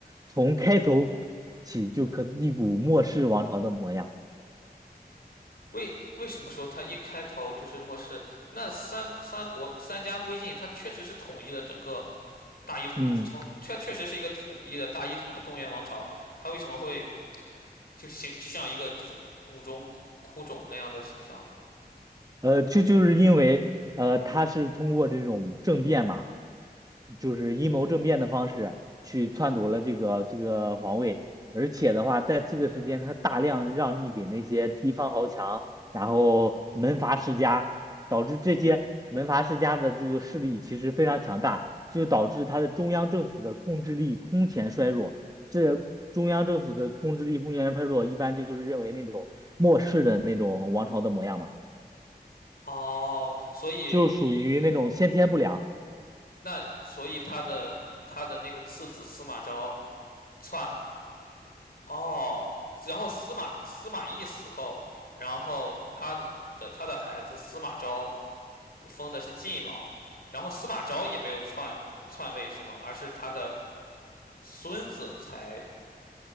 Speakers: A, on the right; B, on the left.
A: 从开头起就可一股末世王朝的模样。
B: 为为什么说他一开头就是漠视那三三国三家归晋，他确实是统一了整个。大一统从确确实是一个统一的大一统的中原王朝，
A: 嗯。
B: 它为什么会就形就像一个就是谷谷中枯枯冢那样的形象呢？
A: 呃，这就是因为呃，他是通过这种政变嘛，就是阴谋政变的方式去篡夺了这个这个皇位，而且的话，在这个时间，他大量让利给那些地方豪强，然后门阀世家，导致这些门阀世家的这个势力其实非常强大，这就导致他的中央政府的控制力空前衰弱。这中央政府的控制力空前衰弱，一般就是认为那种末世的那种王朝的模样嘛。
B: 哦，所以
A: 就属于那种先天不良，
B: 那所以他的他的那个次子司马昭篡哦，然后司马司马懿死后，然后他的的他的孩子司马昭封的是晋王，然后司马昭也没有篡篡位是吗？而是他的孙子才